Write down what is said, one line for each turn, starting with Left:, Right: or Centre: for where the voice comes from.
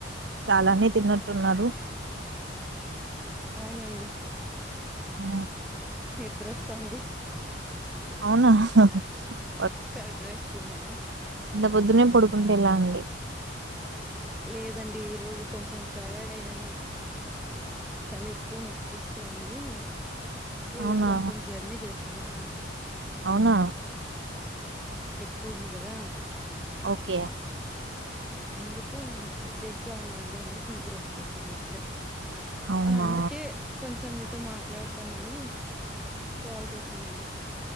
Right: చాలానే తిన్నట్టున్నారు
Centre: అవునండి
Right: ఉ
Centre: నిద్రొస్తంది
Right: అవునా హ్హ హ్హ
Centre: కర్డ్ రైస్ తిన్నాను
Right: పొద్దున్నే పడుకుంటే ఎలా అండి
Centre: లేదండి ఈ రోజు కొంచెం టయార్డ్ అయ్యాను తల ఎక్కువ నొప్పిస్తోంది ఈరోజ్
Right: అవునా
Centre: కొంచెం జర్నీ చేసానా
Right: అవునా
Centre: కూంది కదా
Right: ఓకే
Centre: అందుకు హెడ్డెగ్ గా ఉందండి అందుకు నిద్రోచ్చినట్టుంది అప్పుడే
Right: అవునా
Centre: అందుకే కొంచెం ఇట్ తో మాట్లాడ్దామని కాల్ చేశానండి